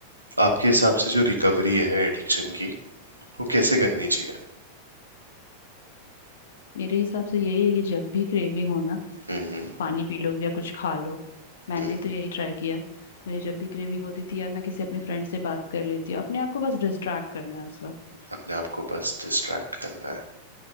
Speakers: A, on the right; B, on the left.
A: आपके हिसाब से जो रिकवरी है एडिक्शन की वो कैसे करनी चाहिए
B: मेरे हिसाब से यही है कि जब भी क्रेविंग हो ना
A: हम्म
B: पानी पी लो या कुछ खा लो मैंने
A: हम्म
B: तो यही ट्राई किया मुझे जब भी क्रेविंग होती थी यार मैं किसी अपने फ्रेंड से बात कर लेती हूँ अपने आप को बस डिस्ट्रैक्ट करना है उस वक्त
A: अपने आप को बस डिस्ट्रैक्ट करना है